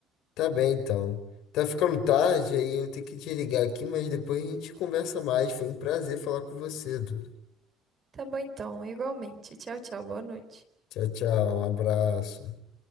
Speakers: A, on the left; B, on the right.
A: tá bem então. Tá ficando tarde, aí eu tenho que desligar aqui, mas depois a gente conversa mais. Foi um prazer falar com você, Du.
B: Tá bom, então, igualmente. Tchau, tchau, boa noite.
A: Tchau, tchau. Um abraço.